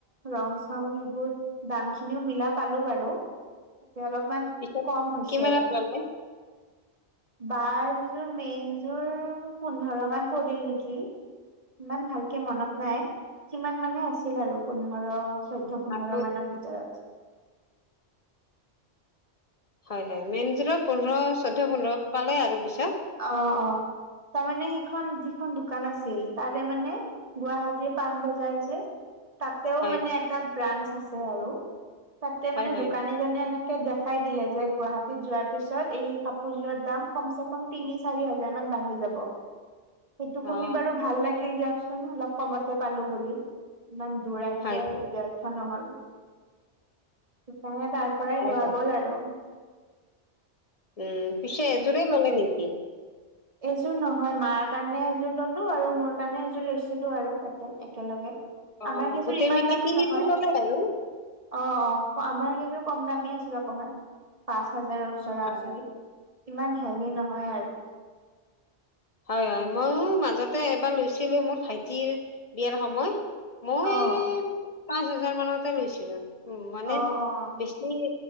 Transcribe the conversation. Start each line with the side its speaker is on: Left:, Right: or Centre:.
Right: ৰং চং এইবোৰ দাম খিনিও মিলা পালো বাৰু তাক অলপমান
Left: পিত
Right: কম হৈছে
Left: কিমানত লাললে
Right: বাৰ যযোৰ মেইনযোৰ পোন্ধৰ মান পৰিল নেকি ইমান ভাল ে মনত নাই কিমান মানে আছিল আৰু পোন্ধৰ চৈধ্য় পোন্ধৰ
Left: আৰু
Right: মানৰ ভিতৰত
Left: হয় হয় মেইনযোৰত পোন্ধৰ চৈধ্্য পোন্ধৰৰত পালে আৰু পিছত
Right: অ অ তাৰমানানে সেইখন যিখন দোকান আছিল তাৰে মানে গুৱাহাটী পাণবজাৰ যে তাতেও
Left: হয়
Right: মানে এটা ব্ৰাঞ্চ আছে আৰু তাতে
Left: হয়
Right: মানে
Left: হয়
Right: দোকানী জনে এনে দেখাই দিলে যে গুৱাহাটীত যোৱাৰ পিছত এই কাপোৰযোৰত দাম কমচ তিনি চাৰি হাজাৰ মান বাঢ়ি যাব সেইটো শুনি
Left: অ
Right: বাৰু ভাল লাগিল দিয়কচোন অল কমতে পালো বুলি ইমান দূৰ আহিলে
Left: হয়
Right: দ নহল সেইকাৰণে তাৰ পৰাই
Left: হয়
Right: লোৱা
Left: হয়
Right: গল আৰু
Left: উম পিছে এযোৰে মলে নেকি
Right: এইযোৰ নহয় মাৰ কাৰণে এযোৰ ললো আৰু মোৰ কাৰণে এযোৰ লৈছিলো আৰু তাতে একেলগে
Left: অ
Right: আমাৰ কিচোৰ
Left: গোটেই
Right: ইমান
Left: মিলি
Right: দামী
Left: তিনিযোৰ
Right: নহয়
Left: ল'লে আৰু
Right: অ অ আমাৰ কিন্তু কম দামেই আছিল অকমান পাঁচ হাজাৰৰও চৰা
Left: হয়
Right: ওচৰি ইমান হেভি নহয় আৰু
Left: হয় হয় ময়ো মাজতে এবাৰ লৈছিলোঁ মোৰ ভাইটিৰ বিয়াৰ সময় মই
Right: অ',
Left: এই পাঁচ হাজাৰ মানতে লৈছিলো উ মানে
Right: অ', অ',
Left: বেছি